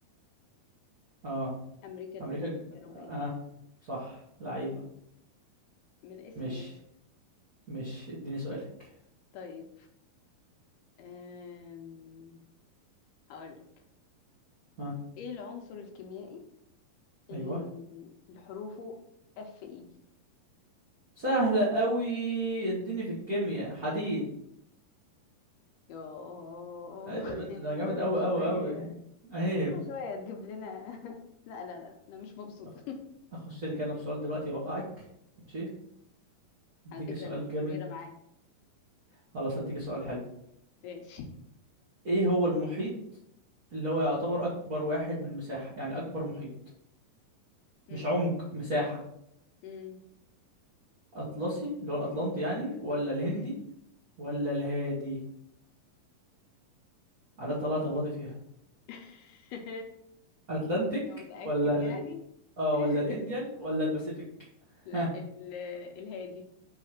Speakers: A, on the right; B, on the left.
A: اه
B: امريكا الجنوبية
A: امريكا الج... اه آه، صح لعيبه
B: من الاسم
A: مش
B: يا باشا
A: مش اديني سؤالك
B: طيب أم... هقولك
A: اه
B: ايه العنصر الكيميائي ال-
A: ايوه
B: اللي حروفه اف اي
A: سهله قوي اديني في الكيمياء حديد
B: يوه
A: عيب
B: <laughs>
A: يا بنت
B: انت
A: ده انا
B: كل
A: جامد قوي
B: شوية
A: قوي قوي عيب
B: انت كل شوية تجيب لنا <laughs> لا لا لا لا، انا مش مبسوطة
A: أخ-
B: <laughs>
A: اخش لك انا بسؤال دلوقتي يوقعك ماشي اديك
B: على فكرة
A: سؤال
B: انا مش
A: جامد
B: شريرة معاك
A: خلاص اديك سؤال حلو
B: ماشي <laughs>
A: ايه هو المحيط اللي هو يعتبر اكبر واحد من المساحة يعني اكبر محيط
B: أم،
A: مش عمق مساحة
B: أم،
A: اطلسي اللي هو الاطلنطي يعني ولا الهندي
B: إيه.
A: ولا الهادي على طلعت غلطي فيها
B: <laughs>
A: اتلانتيك
B: انت متأكد
A: ولا ال...
B: يعني
A: اه
B: <laughs>
A: ولا الانديان ولا الباسيفيك
B: لا
A: ها
B: ال- الهادي